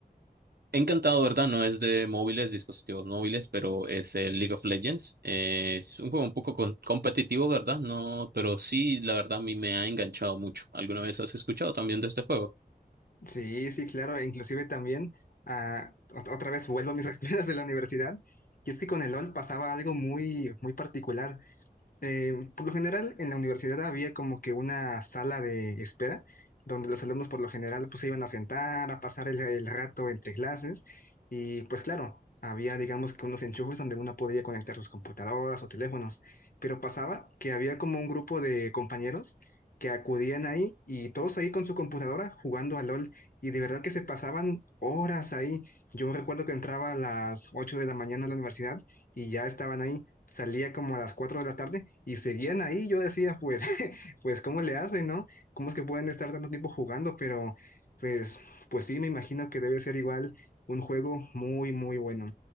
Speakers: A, on the right (about 70°); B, on the left (about 60°).
A: encantado, ¿verdad? No es de móviles, dispositivos móviles, pero es el League of Legends. Eh, es un juego un poco con- competitivo, ¿verdad? No, pero sí, la verdad, a mí me ha enganchado mucho. ¿Alguna vez has escuchado también de este juego?
B: Sí, sí, claro, e inclusive también, ah, ot- otra vez vuelvo a mis <laughs> experiencias de la universidad, y es que con el LOL pasaba algo muy, muy particular, Eh, por lo general, en la universidad había como que una sala de espera, donde los alumnos por lo general pues se iban a sentar, a pasar el, el rato entre clases, y pues claro, había digamos que unos enchufes donde uno podía conectar sus computadoras o teléfonos, pero pasaba que había como un grupo de compañeros que acudían ahí y todos ahí con su computadora jugando a LOL, y de verdad que se pasaban horas ahí. Yo recuerdo que entraba a las 8 de la mañana a la universidad y ya estaban ahí salía como a las 4 de la tarde y seguían ahí. Yo decía, pues, <laughs> pues, ¿cómo le hacen, no? ¿Cómo es que pueden estar tanto tiempo jugando? Pero, pues, pues sí, me imagino que debe ser igual un juego muy, muy bueno.